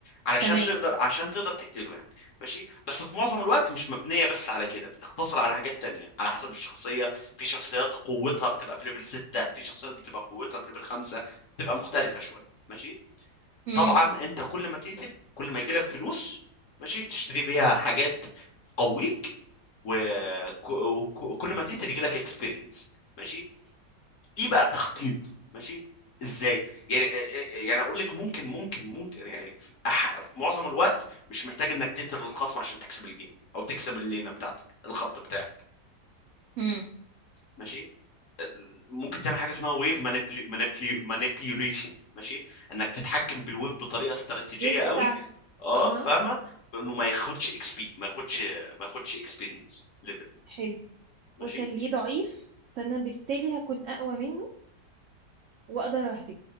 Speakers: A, on the left (about 55°); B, on the right (about 75°).
A: علشان
B: تمام
A: تقدر عشان تقدر تقتله يعني ماشي بس في معظم الوقت مش مبنيه بس على كده بتقتصر على حاجات تانية على حسب الشخصيه في شخصيات قوتها بتبقى في ليفل 6 في شخصيات بتبقى قوتها في ليفل 5 بتبقى مختلفه شويه ماشي
B: امم
A: طبعا انت كل ما تقتل كل ما يجيلك فلوس ماشي تشتري بيها حاجات تقويك وك- وك- وكل ما تقتل يجيلك اكسبيرينس ماشي في بقى تخطيط ماشي ازاي يعني يعني اقول لك ممكن ممكن ممكن يعني في, أح... في معظم الوقت مش محتاج انك تقتل الخصم عشان تكسب الجيم او تكسب اللينه بتاعتك الخط بتاعك
B: حلو
A: ماشي ممكن تعمل حاجه اسمها ويف مانيبيوليشن ماشي انك تتحكم بالويف بطريقه استراتيجيه
B: الويف
A: قوي
B: بتاعته
A: اه
B: اها
A: فاهمه بانه ما ياخدش اكس بي ما ياخدش ما ياخدش اكسبيرينس ليفل
B: حلو
A: ماشي
B: وخليه ضعيف فانا بالتالي هكون اقوى منه واقدر اهزمه